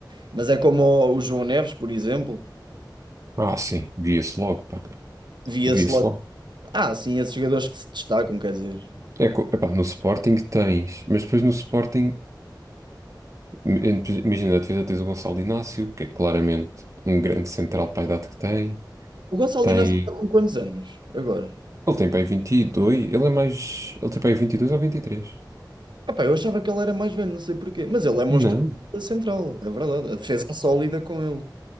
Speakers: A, on the right; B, on the right.
A: mas é como o, o João Neves, por exemplo,
B: Ah, sim, via-se logo, pá,
A: via-se
B: via-se
A: logo,
B: logo.
A: ah, sim, esses jogadores que se destacam, quer dizer.
B: É, co- epá, no Sporting tens, mas depois no Sporting, im- imagina, na defesa tens o Gonçalo Inácio, que é claramente um grande central para a idade que tem.
A: O Gonçalo
B: Tem,
A: Inácio está com quantos anos agora?
B: ele tem para aí vinte e dois ele é mais, ele tem para aí 22 ou vinte e três
A: Epá, eu achava que ele era mais velho, não sei porquê. Mas ele é monstruoso
B: Não.
A: da central, é verdade. A defesa é sólida com ele.